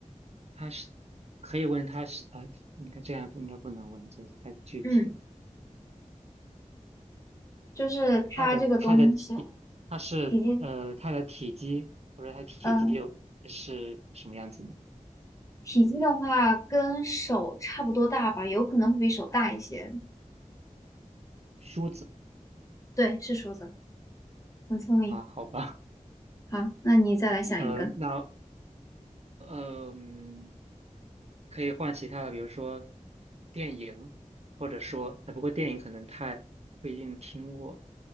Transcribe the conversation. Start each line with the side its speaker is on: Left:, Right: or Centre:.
Right: 它是，可以问它是啊，应该这样不应该不能问，这太具体。
Left: 嗯，就是它这个东西，
Right: 它的它的体，它是呃它的体积或者它体积又是什么样子呢？
Left: 体积。嗯，体积的话跟手差不多大吧，有可能会比手大一些。
Right: 梳子
Left: 对，是梳子，很聪明。
Right: 啊，好吧，
Left: 好，那你再来想一个。
Right: 呃，那嗯，可以换其他的，比如说电影，或者说，呃，不过电影可能太不一定听过。